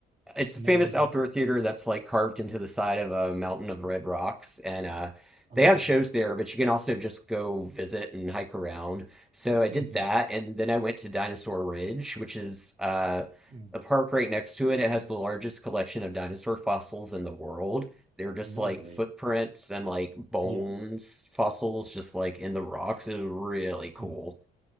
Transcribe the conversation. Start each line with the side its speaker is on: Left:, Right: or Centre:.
Centre: it's a
Right: No,
Centre: famous
Right: I don't.
Centre: outdoor theater that's like carved into the side of a mountain of red rocks and uh
Right: Okay.
Centre: they have shows there but you can also just go visit and hike around so i did
Right: hmm
Centre: that and then i went to dinosaur ridge which is uh
Right: Mm.
Centre: a park right next to it it has the largest collection of dinosaur fossils in the world they're just
Right: No
Centre: like
Right: way.
Centre: footprints and like bones
Right: Yeah.
Centre: fossils just like in the rocks it was really cool
Right: Mm.